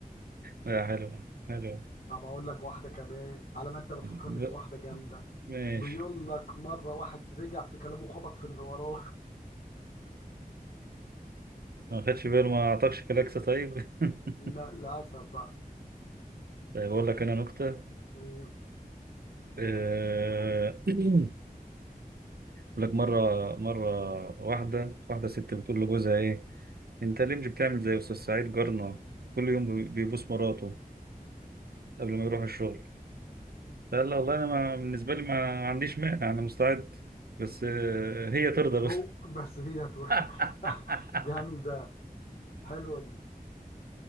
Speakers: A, on the right; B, on the left.
A: لا حلوة حلوة
B: طب اقول لك واحدة كمان على ما انت بتفكرني
A: ب-
B: في واحدة جامدة
A: ماشي
B: بيقول
A: <laughs>
B: لك مرة واحد رجع في كلامه خبط في اللي وراه
A: ما خدش باله ما اعطاكش كلاكسة طيب
B: <laughs> لا
A: <laughs>
B: للأسف بقى
A: طيب اقول لك انا نكتة
B: قول.
A: أه، <clears throat> اقول لك مرة مرة واحدة واحدة ست بتقول لجوزها ايه انت ليه مش بتعمل زي استاذ سعيد جارنا كل يوم بي- بيبوس مراته قبل ما يروح الشغل قال لها والله انا ما بالنسبة لي ما عنديش مانع انا مستعد بس آه، هي ترضى بس
B: هو بس هي تو-
A: <laughs>
B: <laughs> جامدة حلوة دي